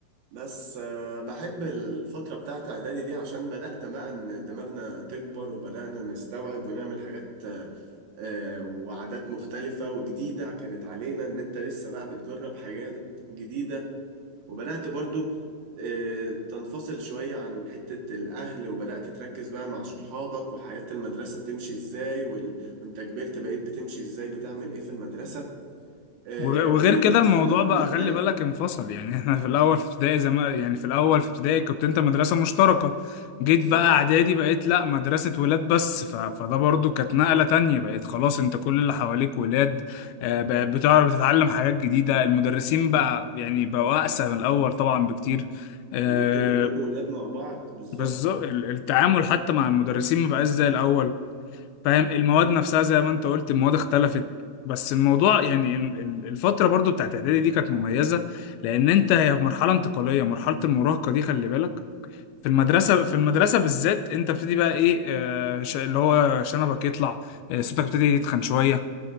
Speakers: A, on the right; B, on the left.
A: بس آه، بحب الفترة بتاعت إعدادي دي عشان بدأنا بقى إن دماغنا تكبر وبدأنا نستوعب ونعمل حاجات آه، آه، وعادات مختلفة وجديدة كانت علينا إن أنت لسه بقى بتجرب حاجات جديدة وبدأت برضو آه، تنفصل شوية عن حتة الأهل وبدأت تركز بقى مع صحابك وحياة المدرسة بتمشي إزاي وال... وأنت كبرت بقيت بتمشي إزاي بتعمل إيه في المدرسة آه،
B: وغ- وغير
A: والمدرسين
B: كده الموضوع
A: نفسهم
B: بقى
A: اختلفوا
B: خلي بالك انفصل يعني احنا في الاول في ابتدائي زي ما يعني في الاول في ابتدائي كنت انت مدرسه مشتركه جيت
A: بالظبط
B: بقى اعدادي بقيت لا مدرسه ولاد بس ف... فده برضو كانت نقله تانية بقيت خلاص انت كل اللي حواليك ولاد آه، بقى بتعرف تتعلم حاجات جديده المدرسين بقى يعني بقوا اقسى من الاول طبعا بكتير آه،
A: ان انتوا كلكم ولاد مع بعض بالظبط
B: بالظبط ال- التعامل حتى مع المدرسين مبقاش زي الاول فاهم المواد نفسها زي ما انت قلت المواد اختلفت بس الموضوع يعني ال- ال- الفترة برضو بتاعت اعدادي دي كانت مميزة لان انت هي مرحلة انتقالية مرحلة المراهقة دي خلي بالك في المدرسة في المدرسة بالذات انت بتبتدي بقى ايه آه، ش- اللي هو شنبك يطلع آه، صوتك بتبتدي يتخن شوية